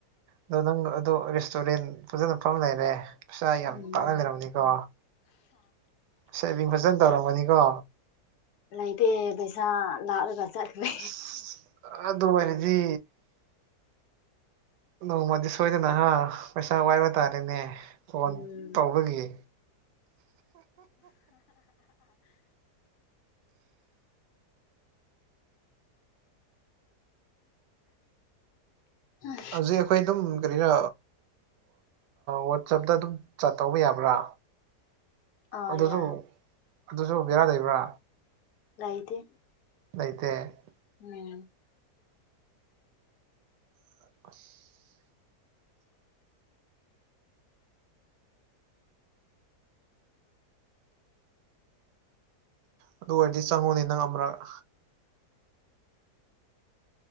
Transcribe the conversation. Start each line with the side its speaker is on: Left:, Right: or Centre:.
Right: ꯑꯗꯣ ꯅꯪ ꯑꯗꯣ ꯔꯦꯁꯇꯨꯔꯦꯟ ꯐꯖꯅ ꯐꯐꯝ ꯂꯩꯔꯦ ꯄꯩꯁꯥ ꯌꯥꯝ
Left: ꯎꯝ
Right: ꯇꯥꯅ ꯂꯩꯔꯝꯅꯤꯀꯣ ꯁꯦꯚꯤꯡ ꯐꯖꯅ ꯇꯧꯔꯝꯒꯅꯤꯀꯣ
Left: ꯂꯩꯇꯦ ꯄꯩꯁꯥ ꯂꯥꯛꯂꯒ ꯆꯠꯈ꯭ꯔꯦ
Right: ꯑꯁ ꯑꯗꯨ ꯑꯣꯏꯔꯗꯤ ꯅꯣꯡ ꯃꯗꯤ ꯁꯣꯏꯗꯅ ꯍꯥ ꯄꯩꯁꯥ ꯋꯥꯏꯕ ꯇꯥꯔꯦꯅꯦ ꯐꯣꯟ
Left: ꯎꯝ
Right: ꯇꯧꯕꯒꯤ
Left: ꯎꯝ
Right: ꯍꯧꯖꯤꯛ ꯑꯩꯈꯣꯏ ꯑꯗꯨꯝ ꯀꯔꯤꯔ ꯋꯥꯆꯞꯇ ꯑꯗꯨꯝ ꯆ ꯇꯧꯕ ꯌꯥꯕ꯭ꯔꯥ
Left: ꯑꯥ
Right: ꯑꯗꯨꯁꯨ
Left: ꯌꯥꯏ
Right: ꯑꯗꯨꯁꯨ ꯕꯦꯔꯥ ꯂꯩꯕ꯭ꯔꯥ
Left: ꯂꯩꯇꯦ
Right: ꯂꯩꯇꯦ
Left: ꯎꯝ
Right: ꯑꯁ <unintelligible> ꯑꯗꯨ ꯑꯣꯏꯔꯗꯤ ꯆꯪꯉꯨꯅꯦ ꯅꯪ ꯑꯃꯔꯛ